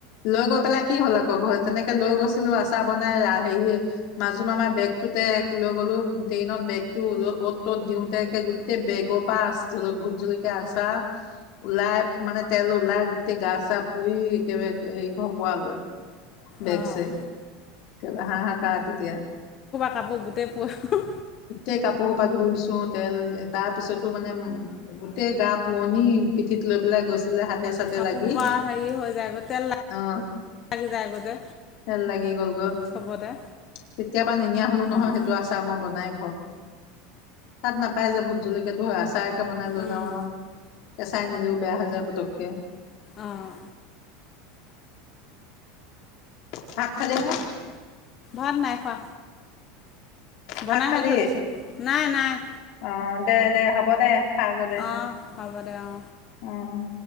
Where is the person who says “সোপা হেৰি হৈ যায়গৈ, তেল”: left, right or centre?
Left